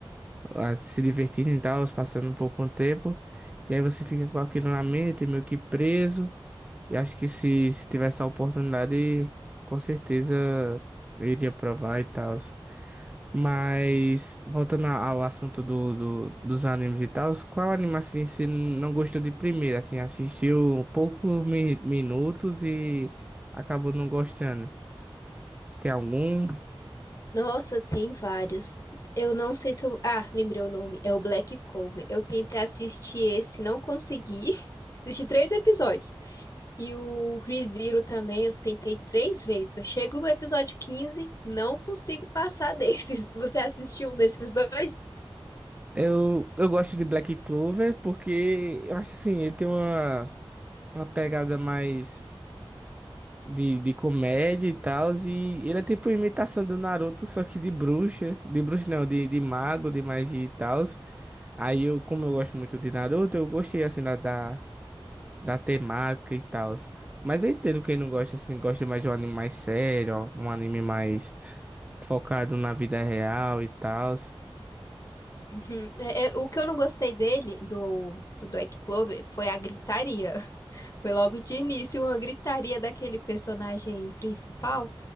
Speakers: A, on the right; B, on the left.
A: ah, se divertindo e tal, passando um pouco o tempo. E aí você fica com aquilo na mente, meio que preso. E acho que se, se tivesse a oportunidade, com certeza eu iria provar e tal. Mas, voltando a- ao assunto do, do- dos animes e tal, qual anime assim você não gostou de primeira? Assim, assistiu poucos mi- minutos e acabou não gostando? Tem algum?
B: Nossa, tem vários. Eu não sei se eu. Ah, lembrei o nome. É o Black Clover. Eu tentei assistir esse, não consegui. <laughs> Assisti três episódios. E o ReZero também, eu tentei três vezes. Eu chego no episódio quinze não consigo passar desses. <laughs> Você assistiu um desses dois?
A: Eu, eu gosto de Black Clover porque eu acho assim, ele tem uma, uma pegada mais. de, de comédia e tal. E ele é tipo imitação do Naruto, só que de bruxa. De bruxa não, de, de mago, de magia e tal. Aí eu, como eu gosto muito de Naruto, eu gostei assim da, da, da temática e tal. Mas eu entendo quem não gosta, assim, gosta mais de um anime mais sério, um anime mais focado na vida real e tal.
B: Uhum. É, é, o que eu não gostei dele, do, do Black Clover, foi a gritaria. <laughs> Foi logo de início uma gritaria daquele personagem principal.